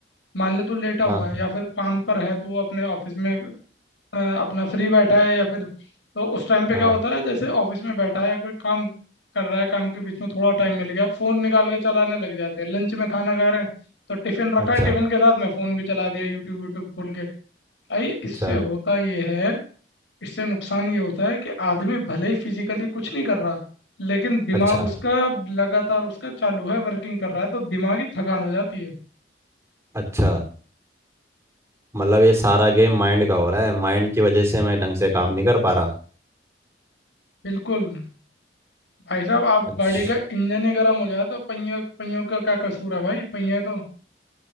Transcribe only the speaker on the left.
मान ले तू लेटा हुआ
है या फिर काम पर है तू अपने ऑफिस में अ, अपना फ्री बैठा है या फिर तो उस टाइम पे
क्या होता है जैसे ऑफिस में बैठा है या कोई काम कर रहा है काम के बीच में थोड़ा टाइम मिल गया फोन निकाल के चलाने लग जाते हैं लंच में खाना खा रहे हैं तो टिफिन रखा
है टिफिन के साथ में फोन भी चला दिया यूट्यूब यूट्यूब खोल के भाई इससे
होता ये है इससे नुकसान ये होता है कि आदमी भले ही फिजिकली कुछ नहीं कर रहा लेकिन दिमाग
उसका लगातार उसका चालू है वर्किंग कर रहा है तो दिमागी थकान हो जाती है
बिल्कुल भाई साहब आप
गाड़ी का इंजन ही गर्म हो जाए तो पहियों पहियों का क्या कसूर है भाई पहिए तो